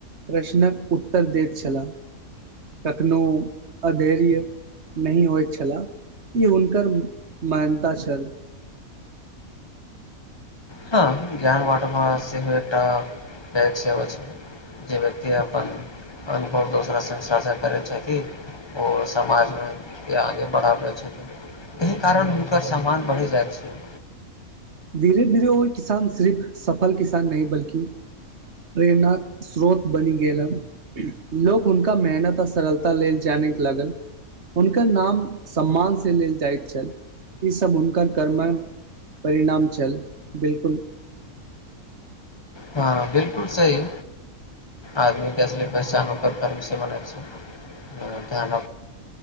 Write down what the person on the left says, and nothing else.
हँ ज्ञान बाटवा सेहो एकटा बैक सेबा छै जे व्यक्ति अपन अनुभव दोसरा संग साझा करै छथिन ओ समाजमे आगे बढ़ाबै छथिन एहि कारण हुनकर सम्मान बढ़ि जाइत छै
हँ बिल्कुल सही आदमीके असली पहचान ओकर कर्मसँ बनैत छै ध्यान